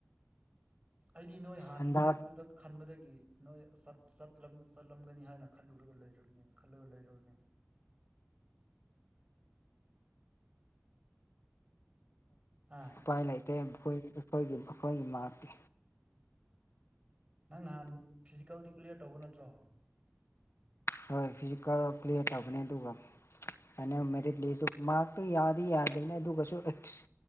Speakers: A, on the right (about 30°); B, on the left (about 70°).
A: ꯑꯩꯗꯤ ꯅꯣꯏ ꯍꯥꯟꯅ
B: ꯍꯟꯗꯛ
A: ꯆꯦꯟꯕꯗꯨꯗꯛ ꯈꯟꯕꯗꯒꯤ ꯅꯣꯏ ꯆꯠ ꯆꯠꯂꯝ ꯆꯠꯂꯝꯒꯅꯤ ꯍꯥꯏꯅ ꯈꯜꯂꯨꯔꯒ ꯂꯩꯔꯨꯝꯅꯦ ꯈꯜꯂꯒ ꯂꯩꯔꯨꯕꯅꯦ ꯑ
B: ꯎꯄꯥꯏ ꯂꯩꯇꯦ ꯃꯈꯣꯏꯒꯤ ꯑꯩꯈꯣꯏꯒꯤ ꯃꯈꯣꯏꯒꯤ ꯃꯥꯛꯇꯤ
A: ꯅꯪ ꯅꯍꯥꯟ ꯐꯤꯖꯤꯀꯦꯜꯗꯤ ꯀ꯭ꯂꯤꯌ꯭ꯔ ꯇꯧꯕ ꯅꯠꯇ꯭ꯔꯣ
B: ꯍꯣꯏ ꯐꯤꯖꯤꯀꯦꯜ ꯀ꯭ꯂꯤꯌ꯭ꯔ ꯇꯧꯕꯅꯤ ꯑꯗꯨꯒ ꯐꯥꯏꯅꯦꯜ ꯃꯦꯔꯤꯠ ꯂꯤꯁꯇꯨ ꯃꯥꯛꯇꯨ ꯌꯥꯗꯤ ꯌꯥꯗꯕꯅꯦ ꯑꯗꯨꯒꯁꯨ ꯑꯦꯛꯁ